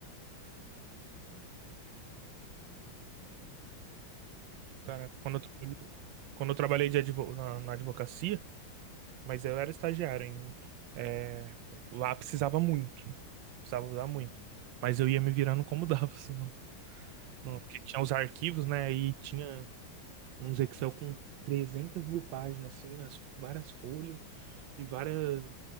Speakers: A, in the centre; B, on the right.
A: tabela dinâmica, fazia umas coisas bem, bem loucas ali no Excel.
B: cara, quando
A: Foi lá
B: eu trabalhei,
A: que eu aprendi.
B: quando eu trabalhei de advo- na, na advocacia, mas eu era estagiário ainda, é, lá precisava muito, precisava usar muito,
A: Uhum,
B: mas eu ia me virando como <laughs> dava, assim, não,
A: entendi.
B: não, porque tinha os arquivos, né, e tinha uns Excel com 300 mil páginas, assim, as, várias folhas, e várias